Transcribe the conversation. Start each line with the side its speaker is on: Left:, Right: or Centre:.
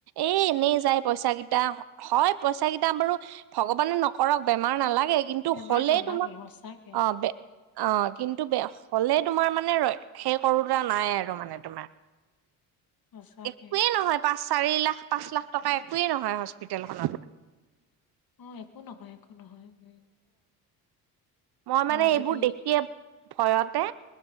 Right: এই এনেই যায় পইচাকেইটা। হয় পইচা কেইটা বাৰু ভগৱানে নকৰক বেমাৰ নালাগে কিন্তু
Left: বেমাৰ
Right: হলে
Left: নালাগে
Right: তোমাক
Left: সঁচাকে।
Right: অ বে অ কিন্তু বে হলে তোমাৰ মানে ৰ সেই কৰোতা নাই আৰু মানে তোমাৰ।
Left: সঁচাকে
Right: একোৱে নহয় পাঁচ চাৰি লাখ, পাঁচ লাখ টকা একোৱেই নহয় হস্পিতেলখনত
Left: অ একো নহয়, একো নহয় উম।
Right: মই মানে
Left: আৰু আজিকালি
Right: এইবোৰ দেখিয়ে ভয়তে